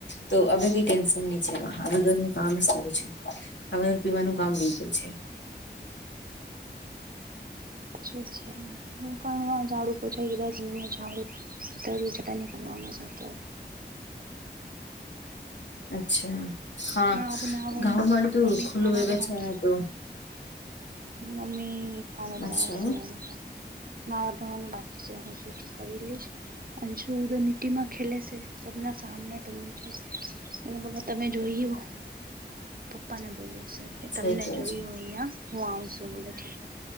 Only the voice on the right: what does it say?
<unintelligible> ઝાડું પોછા લીધા છે <unintelligible> કરવાનું સે તો
ના બનાવાનું
મમ્મી
ખાણો
બનાવશે
મમ્મી ખાવા
બનાવશે ને, નાવા ધોવાનું બાકી છે હું બધું કરી લઈશ અંશુ ઉધર મીટીમાં ખેલે સે. સબના સામને તમે એના બળે તમે જોઈયુ પપ્પા ને બોલે સે કે
તમને
જોયું
અહીંયા હું આવ સુ બોલે ઠીક